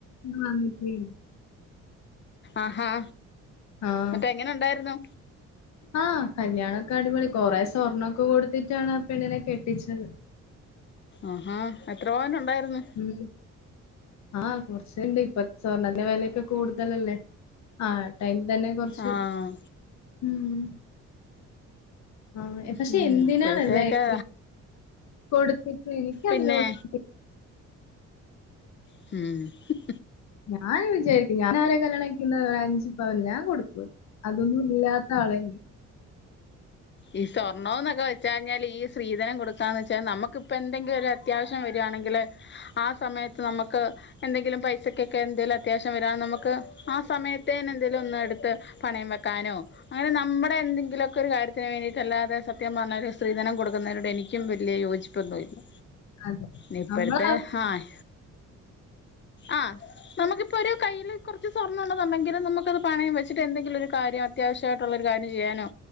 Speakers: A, on the left; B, on the left.
A: വന്നിട്ടേ
B: ആഹാ!
A: ആഹ്
B: എന്നിട്ട് എങ്ങനെ ഉണ്ടായിരുന്നു?
A: ആഹ്, കല്യാണൊക്കെ അടിപൊളി. കൊറെേ സ്വർണ്ണൊക്കെ കൊടുത്തിട്ടാണ് ആ പെണ്ണിനെ കെട്ടിച്ചത്.
B: ആഹ് ആഹാ! എത്ര പവൻ ഉണ്ടായിരുന്നു.
A: <unintelligible> ആഹ്, കൊറച്ച്ണ്ട്. ഇപ്പ സ്വർണ്ണത്തിന്റെ വെലൊക്കെ കൂടുതലല്ലേ. അ- ടൈം തന്നെ കൊറച്ച്,
B: ആഹ്
A: ഉം ആഹ്, പക്ഷെ
B: ഉം
A: എന്തിനാണല്ലേ
B: ഇപ്പോഴത്തേക്ക്
A: ഇ കൊടുത്തിട്ട് എനിക്ക് അതിനോട്
B: പിന്നെ
A: <inaudible>
B: <unintelligible>
A: ഞാൻ അങ്ങനെ വിചാരിക്കും ഞാൻ ആരെ കല്യാണകഴിക്കുനെ അഞ്ചുപ്പവന് ഞാൻ കൊടുക്ക അതൊന്നും ഇല്ലാത്ത ആളെ
B: ഈ സ്വർണ്ണോന്നൊക്കെവെച്ച് കഴിഞ്ഞാല് ഈ സ്ത്രീധനം കൊടുക്കാവെച്ചാൽ നമ്മുക്കിപ്പോ എന്തെങ്കിലും ഒരു അ അത്യാവശ്യം വരാണെങ്കില് ആ സമയത്ത് നമുക്ക് എന്തെങ്കിലും പൈസക്കൊക്കെ എന്തേലും അത്യാവശ്യം വരാണ നമ്മക്ക് ആ സമയത്തേന് എന്തേലും ഒന്ന് എടുത്ത്. പണയം വെക്കാനോ അങ്ങനെ നമ്മുടെ എന്തെങ്കിലൊക്കെ ഒരു കാര്യ ത്തിന് വേണ്ടിട്ടല്ലാതെ സത്യം പറഞ്ഞാല് സ്ത്രീധനം കൊടുന്നതിനോട് എനിക്കും വലിയ യോജി യോചിപ്പൊന്നുല
A: അതെ.
B: <unintelligible> ഇപ്പോഴത്തെ
A: നമ്മളാ
B: ആഹ് ആ നമുക്കിപ്പൊ ഒരു കയ്യിൽ കുറച്ച് സ്വർണ്ണെണ്ട് തന്നെങ്കിലും നമുക്കത് പണയം വെച്ചിട്ട് എന്തെങ്കിലും ഒരു കാര്യ അത്യാവശ്യായിട്ടുള്ള ഒരു കാര്യം ചെയ്യാന്